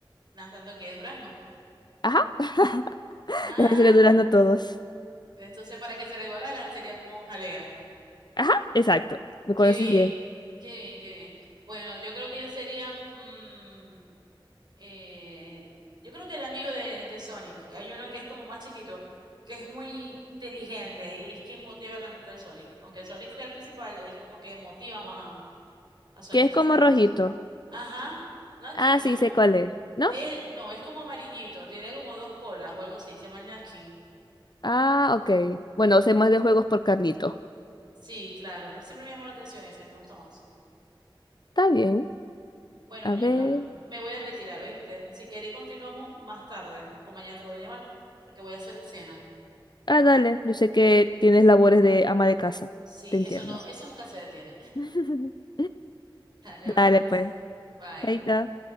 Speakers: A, on the right (about 55°); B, on the left (about 55°).
A: Lanzando que durazno.
B: Ajá, <laughs>
A: Ajá.
B: les haré durazno a todos.
A: Entonces, para que se resbalaran, sería como un jalea.
B: Ajá, exacto. Me
A: Qué
B: conoces
A: bien,
B: bien.
A: qué bien, qué bien. Bueno, yo creo que yo sería, mm, eh, yo creo que el amigo de, de Sonic, hay uno que es como más chiquito, que es muy inteligente y es quien motiva realmente al Sonic. Aunque Sonic sea el principal, es como que motiva más a, a Sonic
B: Que es
A: a
B: como
A: hacer las
B: rojito.
A: cosas. Ajá, Nutkin,
B: Ah,
A: no,
B: sí, sé cuál es. ¿No?
A: es, no, es como amarillito, tiene como dos colas o algo así, se llama Nutkin.
B: Ah, ok. Bueno, sé más de juegos por Carlito.
A: Sí, claro, pero siempre me llama la atención ese, me gusta más.
B: Está bien.
A: Bueno,
B: A
A: muñeca,
B: ver.
A: me voy a retirar, ¿oíste? Si queréis continuamos más tarde o mañana te vuelvo a llamar porque voy a hacer cena.
B: Ah, dale. Yo sé que tienes labores de ama de casa.
A: Sí,
B: Te entiendo.
A: eso no, eso nunca se detiene. <laughs>
B: <laughs>
A: Dale,
B: Dale,
A: hablamos entonces.
B: pues.
A: Bye.
B: Chaito.